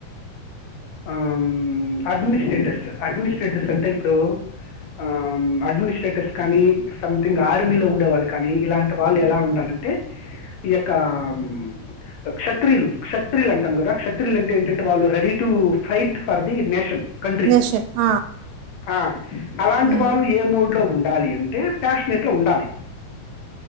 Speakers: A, on the left (about 60°); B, on the right (about 80°).
A: అం అడ్మిస్ట్రేటస్ అడ్మిస్ట్రేటస్ అంటే ఇప్పుడు అం అడ్మిస్ట్రేటర్స్ కానీ సంథింగ్ ఆర్మీలో ఉండేవాళ్ళు కానీ ఇలాంటి వాళ్ళు ఎలా ఉండాలంటే, కం క్షత్రియులు క్షత్రియులు అంటం కదా క్షత్రియులు అంటే ఏంటంటే వాళ్ళు ready to fight for the nation, country
B: nation ఆ
A: ఆ అలాంటి
B: హ్మ్
A: వాళ్ళు ఏ మూడ్ లో ఉం డాలి అంటే ప్యాష్ నెట్ గా ఉండాలి